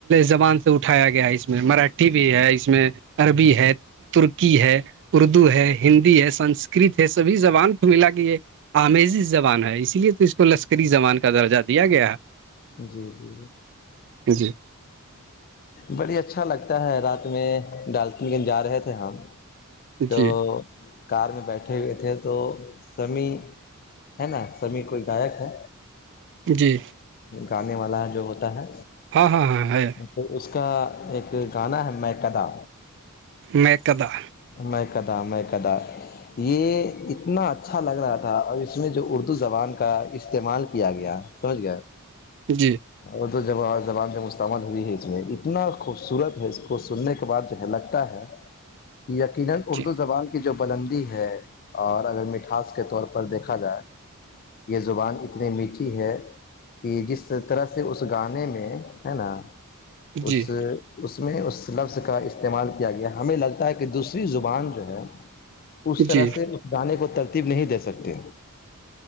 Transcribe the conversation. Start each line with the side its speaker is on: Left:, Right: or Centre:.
Right: زبان سے اٹھایا گیا ہے اس میں مراٹھی بھی ہے اس میں عربی ہے ترکی ہے اردو ہے ہندی ہے سنسکرت ہے سبھی زبان کو ملا ہے آمیزز زبان ہے اسی لیے تو اس کو لشکری زبان کا درجہ دیا گیا ہے
Left: جی جی جی
Right: جی
Left: بڑی اچھا لگتا ہے رات میں ڈالٹنیکن جا رہے تھے ہم تو
Right: جی
Left: کار میں بیٹھے ہوئے تھے تو سمیع ہے نا سمیع کوئی گائک ہے
Right: جی
Left: گانے والا جو ہوتا ہے
Right: ہاں ہاں ہاں ہے
Left: تو اس کا ایک گانا ہے میں کدا
Right: میں قدا
Left: میں کدا میں کدا یہ اتنا اچھا لگ رہا تھا اور اس میں جو اردو زبان کا استعمال کیا گیا سہج گار
Right: جی
Left: اور تو جب آ زبان جب مستتعمل ہوئی ہے اس میں اتنا خوبصورت ہے اس کو سننے کے بعد جو ہے لگتا ہے یقینا اردو
Right: جی
Left: زبان کی جو بلندی ہے اور اگر مٹھاس کے طور پر دیکھا جائے یہ زبان اتنی میٹھی ہے کہ جس اس طرح سے اس گانے میں ہے نا
Right: جی
Left: اس اس میں اس لفظ کا استعمال کیا گیا ہمیں لگتا ہے کہ دوسری زبان جو ہے اس
Right: جی
Left: طرح سے اس گانے کو ترتیب نہیں دے سکتے